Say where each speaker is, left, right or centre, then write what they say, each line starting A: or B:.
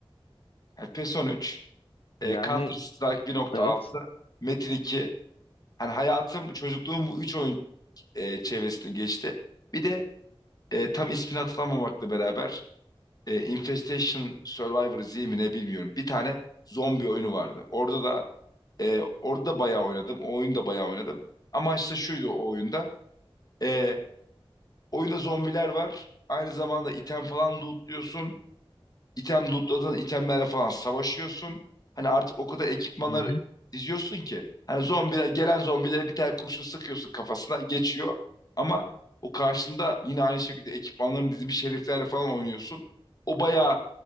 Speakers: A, on the left (about 40°); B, on the left (about 75°).
A: Yani PES 13, e,
B: Yani
A: Counter Strike 1.6,
B: evet
A: Metin 2. Hani hayatım, çocukluğum bu üç oyun e, çevresinde geçti. Bir de e, tam ismini hatırlamamakla beraber e, Infestation Survivor Z mi ne bilmiyorum. Bir tane zombi oyunu vardı. Orada da e, orada da bayağı oynadım. O oyunu da bayağı oynadım. Amaç da şuydu o oyunda. E, oyunda zombiler var. Aynı zamanda item falan lootluyorsun. İtem lootladığın itemlerle falan savaşıyorsun. Hani artık o kadar ekipmanlar
B: Hı hı.
A: diziyorsun ki. Hani zombiler gelen zombilere bir tane kurşun sıkıyorsun kafasına geçiyor. Ama o karşında yine aynı şekilde ekipmanların dizilmiş heriflerle falan oynuyorsun. O bayağı